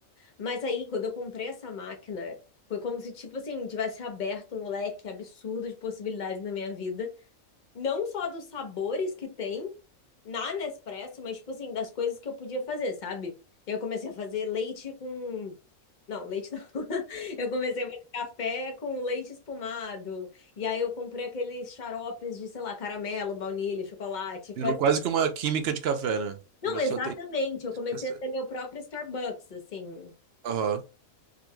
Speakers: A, on the left (about 40°); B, on the right (about 65°).
A: Mas aí, quando eu comprei essa máquina, foi como se, tipo assim, tivesse aberto um leque absurdo de possibilidades na minha vida. Não só dos sabores que tem na Nespresso, mas, tipo assim, das coisas que eu podia fazer, sabe? Eu comecei a fazer leite com não, leite não. <laughs> Eu comecei a fazer café com leite espumado. E aí eu comprei aqueles xaropes de, sei lá, caramelo, baunilha, chocolate. Faz...
B: Virou quase que uma química de café, né?
A: Não,
B: Começou
A: exatamente.
B: a ter.
A: Eu comecei
B: isso.
A: a ter meu próprio Starbucks, assim.
B: <laughs> Aham.